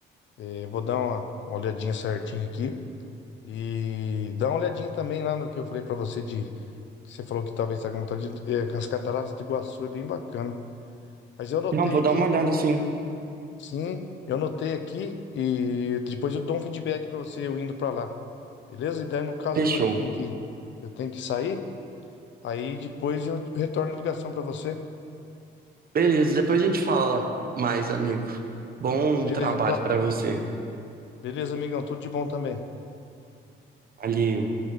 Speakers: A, on the left; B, on the right.
A: Eh, vou dar uma, uma olhadinha certinha aqui. E dá uma olhadinha também lá no que eu falei pra você de. que Você falou que talvez tá com vontade de. eh, as cataratas do Iguaçu é bem bacana. Mas eu anotei
B: Não, vou
A: aqui,
B: dar uma olhada assim.
A: sim, eu anotei aqui e depois eu dou um feedback pra você eu indo pra lá. Beleza? E daí no caso
B: Fechou.
A: agora eu tenho que eu tenho que sair, aí depois eu retorno a ligação pra você.
B: Beleza, depois a gente fala mais, amigo. Bom
A: Beleza
B: trabalho
A: então.
B: para você.
A: Beleza, amigão, tudo de bom também.
B: Valeu.